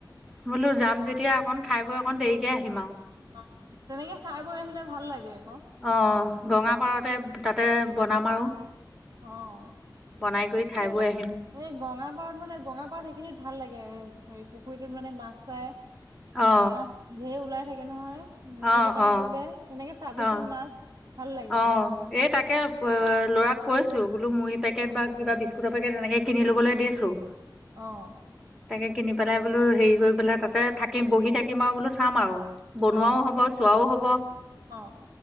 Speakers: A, in the centre; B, on the right (about 55°).
A: বোলো যাম যেতিয়া অকণ খাই বৈ অকণ দেৰিকে আহিম আৱ
B: অ' তেনেকে খাই বৈ আহিলে ভাল লাগে আক
A: অ' গঙাপাৰতে তাতে বনাম আৰু
B: অ'।
A: বনাই কৰি
B: সেই
A: খাই বৈ আহিম।
B: এই গঙাপাৰত মানে গঙাপাৰত সেইখিনিত ভাল লাগে, হে' পুখুৰীটোত মানে মাছ চাই
A: অ
B: মাছ ধেৰ ওলাই থাকে নহয়। মুৰী
A: অ
B: কেইটামান
A: অ
B: দলিয়াই, তেনেকে চাবিচোন
A: অ
B: মাছ। ভাল লাগে
A: অ'
B: মাছ কেইটা চাই
A: এই তাকে অ ল'ৰাক কৈছো বোলো মুৰী পেকেট বা কিবা বি স্কুত পাকেট এনেকে কিনি লবলৈ দিছো।
B: অ'।
A: তাকে কিনি পেলাই বোলো হেৰি কৰি পেলাই তাতে থাকিম বহি থাকিম আৰু বোলো চাম আৰু।
B: অ
A: বুনোৱাও হব, চোৱাও হব।
B: অ',